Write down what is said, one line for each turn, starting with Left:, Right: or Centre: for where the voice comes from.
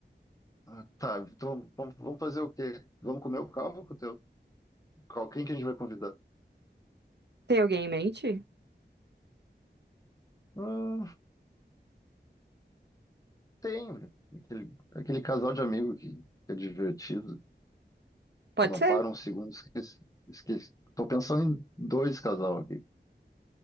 Left: Ah, tá, então vamos, vamos fazer o quê? Vamos comer o carro com o teu? Qual, quem que a gente vai convidar?
Right: Tem alguém em mente?
Left: Hum, tem aquele, aquele casal de amigo que, que é divertido,
Right: Pode
Left: que não
Right: ser.
Left: para um segundo, esqueci, esqueci. Tô pensando em dois casal aqui.